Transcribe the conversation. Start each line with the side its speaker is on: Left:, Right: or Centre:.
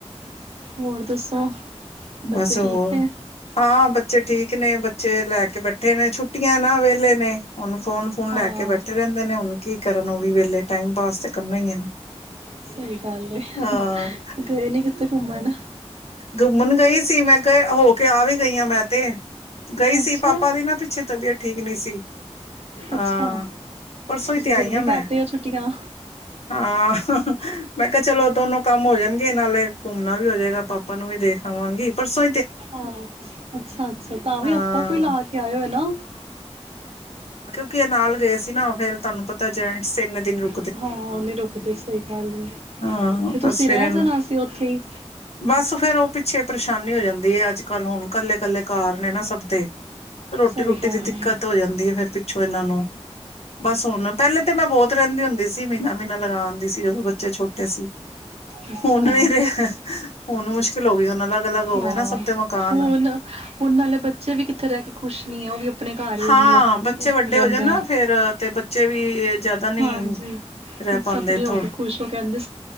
Right: ਹੋਰ ਦੱਸੋ। ਬੱਚੇ
Left: ਬਸ ਹੋਰ,
Right: ਠੀਕ ਨੇ
Left: ਹਾਂ ਬੱਚੇ ਬੱਚੇ ਠੀਕ ਨੇ। ਬੱਚੇ ਲੈ ਕੇ ਬੈਠੇ ਬੈਠੇ ਨੇ ਛੁੱਟੀਆਂ ਨਾ ਵਹਲੇ ਨੇ, ਉਹਨ ਫੋਨ- ਫੋਨ
Right: ਹਾਂ
Left: ਲੈ ਕੇ ਬੈਠੇ ਰਹਿੰਦੇ ਨੇ ਹਨ ਕੀ ਕਰਨ ਉਹ ਵੀ ਵੇਲੇ ਟਾਈਮ ਪਾਸ ਤੇ ਕਰਨਾ ਹੀ ਹੈ ਨਾ
Right: ਸਹੀ ਗੱਲ ਏ
Left: ਹਾਂ
Right: ਗਏ ਨੀ ਕਿਤੇ ਘੁੰਮਣ
Left: ਘੁੰਮਣ ਗਈ ਸੀ। ਮੈਂ ਕਿਹਾ ਹੋ ਕੇ ਆਵੇ ਗਈਆਂ ਮੈਂ ਤੇ, ਗਈ
Right: ਅੱਛਾ
Left: ਸੀ ਪਾਪਾ ਦੀ ਨਾ ਪਿੱਛੇ ਤਬੀਅਤ ਠੀਕ ਨੀ ਸੀ। ਹਾਂ,
Right: ਅੱਛਾ
Left: ਪਰਸੋਂ
Right: ਤੁਸੀਂ
Left: ਹੀ ਤੇ
Right: ਜਲਦੀ
Left: ਆਈ ਹਾ
Right: ਕੱਟ
Left: ਮੈਂ।
Right: ਆਏ ਹੋ ਛੁੱਟੀਆਂ
Left: ਹਾਂ ਮੈਂ ਕਿਹਾ ਚਲੋ ਦੋਨੋ ਕੰਮ ਹੋ ਜਾਣਗੇ ਨਾਲੇ ਘੁੰਮਣਾ ਵੀ ਹੋਜਏਗਾ ਪਾਪਾ ਨੂੰ ਵੀ ਦੇਖ ਲਵਾਂਗੀ ਪਰਸੋ
Right: ਅ ਅੱਛਾ -ਅੱਛਾ ਤਾਂ ਵੀ
Left: ਹਾਂ
Right: ਹਫ਼ਤਾ ਕੋਈ ਲਾ ਕੇ ਆਏ ਹੋ ਨਾ
Left: ੁ ਨਾਲ ਗਏ ਸੀ ਨਾ ਫੇਰ ਤੁਹਾਨੂੰ ਪਤਾ ਜੈਂ ਇੰਨੇ ਦਿਨ ਰੁ
Right: ਹਾਂ, ਉਹ ਨਹੀਂ ਰੁਕਦੇ ਸਹੀ ਗੱਲ ਹੈ
Left: ਹਾਂ
Right: ਤੇ ਤੁਸੀਂ
Left: ਬਸ ਫੇਰ
Right: ਰਹਿ
Left: ਇਹਨਾਂ
Right: ਜਾਣਾ ਸੀ ਉੱਥੇ ਹੀ
Left: ਬਸ ਫੇਰ ਉਹ ਪਿੱਛੇ ਪਰੇਸ਼ਾਨੀ ਹੋ ਜਾਂਦੀ ਹੈ, ਅੱਜ ਕੱਲ੍ਹ ਹੁਣ ਕੱਲੇ- ਕੱਲੇ ਘਰ ਨੇ ਨਾ ਸਭ ਦੇ ਰੋਟੀ
Right: ਸਹੀ
Left: -ਰੋਟੀ
Right: ਗੱਲ
Left: ਦੀ ਦਿੱਕਤ
Right: ਏ
Left: ਹੋ ਜਾਂਦੀ ਹੈ ਫੇਰ ਪੁੱਛੋ ਇਹਨਾਂ ਨੂੰ, ਬਸ ਹੁਣ ਪਹਿਲੇ ਤੇ ਮੈਂ ਬਹੁਤ ਰਹਿੰਦੀ ਹੁੰਦੀ ਸੀ। ਸੀ ਮਹੀਨਾ -ਮਹੀਨਾ ਲਗਾ ਆਂਦੀ ਸੀ ਜਦੋਂ ਬੱਚੇ ਛੋਟੇ ਸੀ।
Right: ਅੱਛਾ,
Left: ਹੁਣ ਨੀ ਰਿਹਾ ਹੁਣ ਮੁਸ਼ਕਿਲ ਹੋ ਗਈ ਹੁਣ ਅਲੱਗ-ਅਲੱਗ ਹੋ
Right: ਹਾਂ
Left: ਗਏ ਨਾ ਸਭ ਦੇ ਮਕਾਨ।
Right: ਹੁਣ ਹੁਣ ਨਾਲੇ ਬੱਚੇ ਵੀ ਕਿੱਥੇ ਰਹਿ ਕੇ ਖੁਸ਼ ਨੀ ਹੈ ਉਹ ਵੀ ਆਪਣੇ ਘਰ ਹੀ
Left: ਹਾਂ,
Right: ਮਤਲਬ
Left: ਬੱਚੇ ਵੱਡੇ
Right: ਰਹਿੰਦੇ
Left: ਹੋ ਜਾਣ ਨਾ
Right: ਆ
Left: ਫੇਰ ਤੇ ਬੱਚੇ ਵੀ ਜ਼ਿਆਦਾ ਨੀ
Right: ਹਾਂਜੀ
Left: ਰਹਿ
Right: ਮਸਪਣੇ
Left: ਪਾਂਦੇ ਥੋੜ
Right: ਹੋ ਕੇ ਖੁਸ਼ ਹੋ ਕੇਹਿੰਦੇ